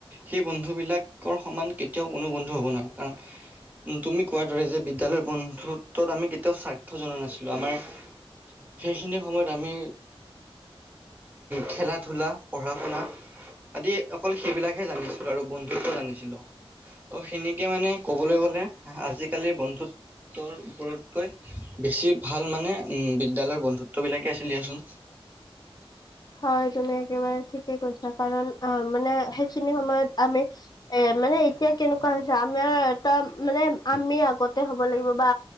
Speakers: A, on the right; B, on the left.
A: সেই বন্ধুবিলাকৰ সমান কেতিয়াও কোনো বন্ধু হ'ব নোৱাৰে কাৰণ তুমি কোৱাৰ দৰে যে বিদ্যালয়ৰ বন্ধুত্বত আমি কেতিয়াও চাৰ ৰ্থ জনা নাছিলো আমাৰ সেইখিনি সময়ত আমি খেলা-ধূলা পঢ়া-শুনা। আদি অকল সেইবিলাকহে জানিছিলোঁ আৰু বন্ধুত্ব জানিছিলোঁ। অ', সেনেকে মানে কবলৈ গ'লে আজিকালিৰ বন্ধু ন্ধুত্বৰ ওপৰতকৈ বেছি ভাল মানে উম, বিদ্যালয়ৰ বন্ধুত্ব বিলাকে আছিল দিয়াচোন।
B: হয় তুমি একেবাৰে ঠিকে কৈছা কাৰণ অ, মানে সেইখিনি সময়ত আমি এ মানে এতিয়া কেনেকুৱা হৈছে আমাৰ এটা মানে আমি আগতে হব লাগিব বা